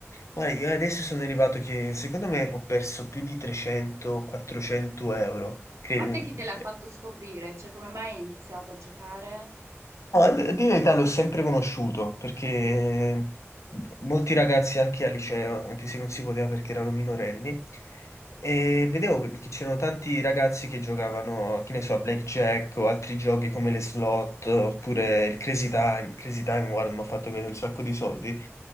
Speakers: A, on the left; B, on the right.
A: Guarda, io adesso sono arrivato che secondo me ho perso più di 300-400 euro. Credimi.
B: Ma te chi te l'ha fatto scoprire? Cioè, come mai hai iniziato a giocare?
A: No, a dire la verità l'ho sempre conosciuto perché
B: Mm.
A: mhmm, molti ragazzi anche al liceo, anche se non si poteva perché erano minorenni, e vedevo che c'erano tanti ragazzi che giocavano, che ne so, a blackjack o altri giochi come le slot oppure il Crazy Time. Crazy Time, guarda, mi ha fatto vedere un sacco di soldi.